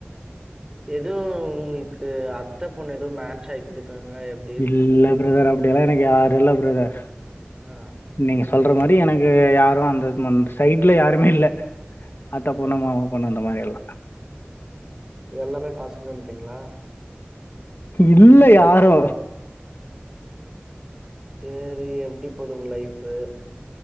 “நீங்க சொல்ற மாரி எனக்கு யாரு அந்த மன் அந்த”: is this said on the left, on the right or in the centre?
Left